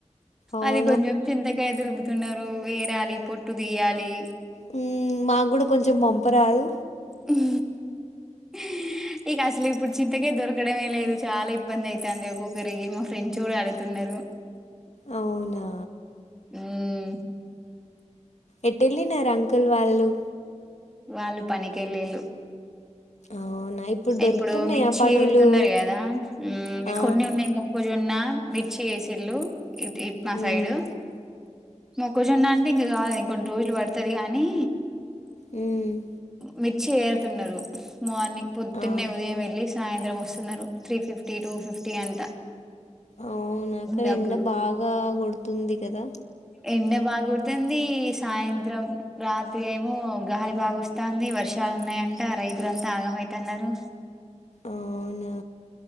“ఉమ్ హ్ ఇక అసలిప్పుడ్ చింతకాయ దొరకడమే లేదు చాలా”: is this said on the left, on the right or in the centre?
Centre